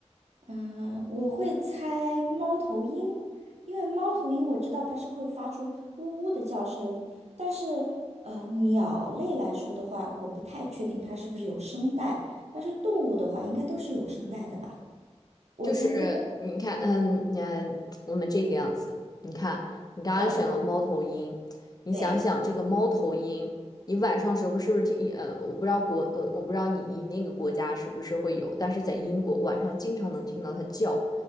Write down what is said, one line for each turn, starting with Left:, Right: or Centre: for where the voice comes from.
Right: 嗯，我会猜猫头鹰，因为猫头鹰我知道它是会发出呜呜的叫声，但是呃，鸟类来说的话，我不太确定它是不是有声带，但是动物的话，应该都是有声带的吧？我猜对吧
Left: 就是你看，嗯，你看我们这个样子，你看你刚刚选了猫头鹰，
Right: 嗯，
Left: 你想想这个猫头鹰，
Right: 对，
Left: 你晚上时候不是不是听呃，我不知道国呃，我不知道你你那个国家是不是会有，但是在英国晚上经常能听到它叫，